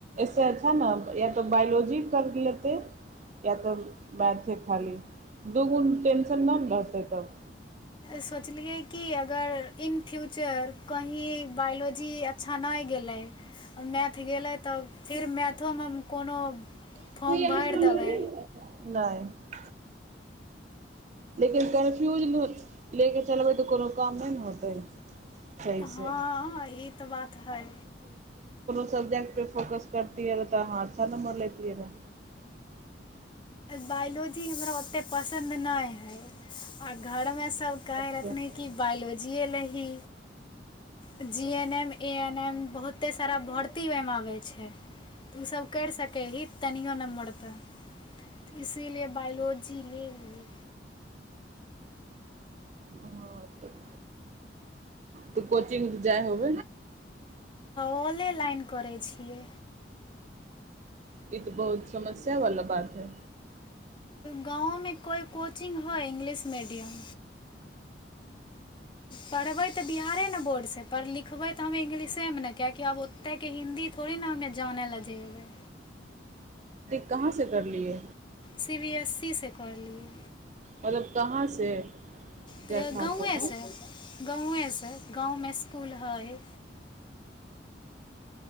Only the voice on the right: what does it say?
से अच्छा ने या तऽ बायोलॉजी कर लेतै या तऽ मैथे खाली दूगुण टेंशन नहि ने रहतै तब
त
लेकिन कन्फ्यूज ले के चलबै तऽ कोनो काम नहि ने होतै सहीसँ
सब्ै त लियै रह
रहए
हँ तऽ तऽ कोचिंग जाइ होब
ई तऽ बहुत समस्या वाला बात है
कहाँसँ करलियै
मतलब कहाँ से
जगह
कोनो